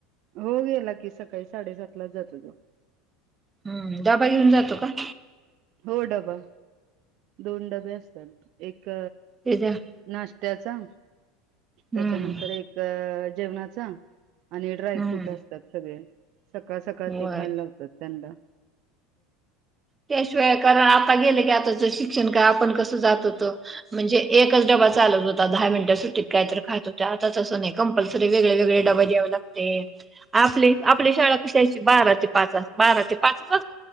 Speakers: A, on the right; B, on the right.
A: हो गेला की, सकाळी साडेसात लाच जातो तो.
B: हम्म डबा घेऊन जातो का?
A: हो डबा, दोन डबे असतात एक
B: हे तर,
A: नाश्त्याचा,
B: हम्म
A: त्याच्यानंतर एक जेवणाचा. आणि ड्रायफ्रूट
B: हम्म
A: असतात सगळे, सकाळ सकाळ
B: होय
A: ते खायला लावतात त्यांना.
B: त्याशिवाय कारण आता गेले की, आताच शिक्षण का आपण कसं जात होतो. म्हणजे एकच डबा चालत होता. दहा मिनिट सुटीत काय तर खात होतो आता तसं नाही. कंपल्सरी वेगळेवेगळे डबा द्याव लाग ते, आपले आपली शाळा कशी अशी बारा ते पाच, बारा ते पाच